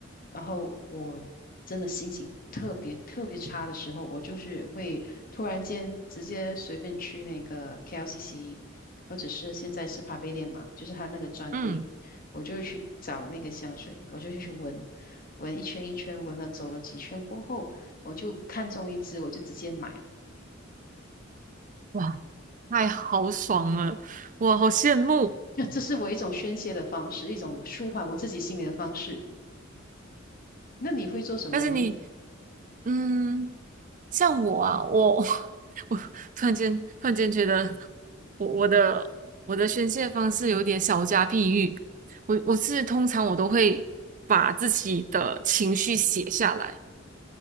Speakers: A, on the left; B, on the right.
A: 然后我真的心情特别特别差的时候，我就是会突然间直接随便去那个 KLCC，或者是现在是 Pavilion 嘛，就是他那个专柜。
B: 嗯，
A: 我就去找那个香水，我就去闻，闻一圈一圈，闻了走了几圈过后，我就看中一支，我就直接买了。
B: 哇，太豪爽了，哇，好羡慕。
A: <laughs> 那这是我一种宣泄的方式，一种舒缓我自己心里的方式。那你会做什么呢？
B: 但是你，嗯。像我啊，我 <laughs> 我突然间突然间觉得我我的我的宣泄方式有点小家碧玉。我我是通常我都会把自己的情绪写下来，